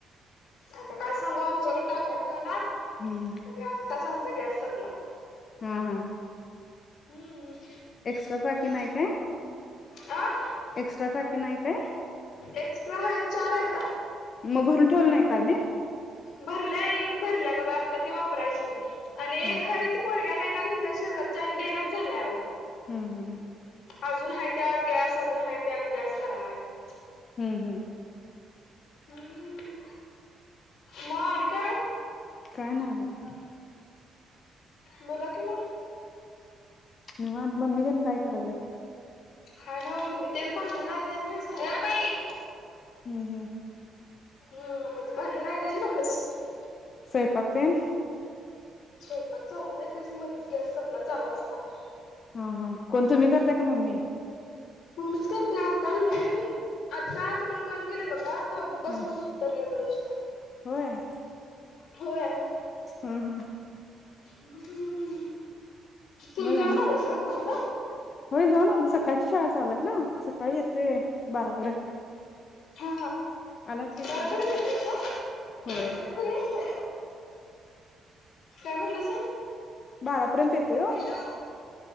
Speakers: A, on the left; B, on the left.
A: आता काय सांगू आमच्याकड टाक्या मिळनात
B: हम्म
A: आणि आता आत्ताच आमचा गॅस संपला
B: हा-हा
A: हम्म
B: एक्स्ट्रा टाकी नाही काय
A: आं
B: एक्स्ट्रा टाकी नाही काय
A: एक्स्ट्रा हाय चार हैता
B: मग भरून ठेवल नाही का आधी
A: भरल्या एक भरल्या बघा आता ती वापरायची आणि
B: हा
A: एक आहे ती पोरग्यान एका न्हेलाय शेजारच्यान आणि देनाच झालाय आहो
B: हम-हम
A: अजून हाय त्यात गॅस अजून हाय त्यात गॅस करालाय
B: हम्म-हम
A: हम म आणि काय
B: काय नाही बग
A: बोला कि मग
B: निवांत मम्मीतेन काय कराल्यात
A: हाय नव्ह मम्मी तेच भांडणं लागली नाहीत व्हय धर बाई
B: हम-हम
A: मग ती भांडणं लागलेली भांडत बसल्या
B: स्वयपाक तेन
A: स्वयपाक चालू आहे तेच मधीच गॅस सपला चालू असताना
B: हा-हा कोण तुम्ही करताय का मम्मी
A: मम्मीच करत्या आत्ता आलो नाही होय मी आता तुम्हाला कॉल केला बघा तवा बस
B: हा
A: मधन उतरलेलो नुसता
B: होय
A: होय
B: ह-हा
A: हम्म-हम्म तुम्ही
B: मग
A: जाऊन
B: आणि
A: आलासा कामाला
B: होय जाऊन आलो, सकाळची शाळा चालूय ना सकाळी येतोय, बारापर्यंत.
A: हा,
B: आला काय
A: बारापर्यंत
B: खाली
A: येतायत का?,
B: होय
A: काय खुळी आहेस काय? काय म्हणलासा?
B: बारापर्यंत येतोय ओ.
A: का?